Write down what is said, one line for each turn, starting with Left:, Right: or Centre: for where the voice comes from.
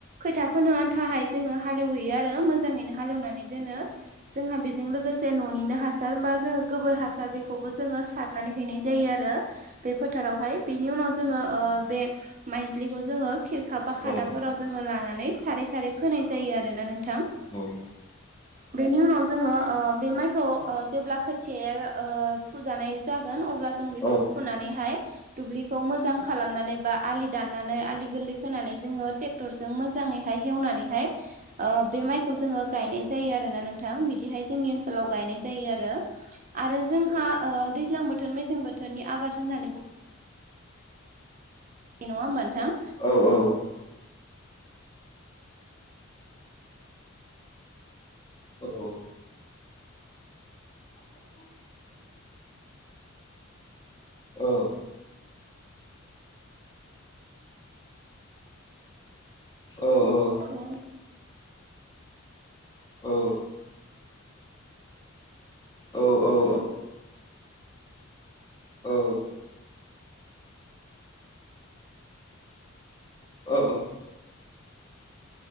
Right: खोथा फोनो आन्थाहाय जोङो हालेवहैयो आरो मोजाङैनो हालेवनानै दोनो। जोंहा बेजों लोगोसे न'निनो हा हासार बा जोङो गोबोर हासार बेखौबो जोङो सारनानै हैनाय जायो आरो। बे फोथारावहाय बेनि उनाव जोङो ओ बे माइज्लिखौ जोङो खिरखा बा खादाफोराव
Left: औ
Right: जोंङो लानानै सारै सारै फोनाय जायो आरोना नोंथां।
Left: औ
Right: बेनि उनाव जोंङो ओ बे माइखौ ओ जेब्ला खोथियाया ओ फुजानाय जागोन अब ब्ला जों बेखौ
Left: औ
Right: फुनानैहाय दुब्लिखौ मोजां खा लामनानै बा आलि दाननानै आलि गोरलै खोनानै जोङो टेक्टरजों मोजाङैहाय हेवनानैहाय ओ बे माइखौ जोङो गायनाय जायो आरो ना नोंथां बिदिहाय जोंनि ओनसोलाव गायनाय जायो आरो। आरो जोंहा ओ दैज्लां बोथोर मेसें बोथोरनि आबाद होननानै बुं नंङा होमबा नोंथां?
Left: औ औ। औ। <inaudible> औ। <inaudible> औ औ।
Right: औ।
Left: औ। औ औ। औ। अ अ।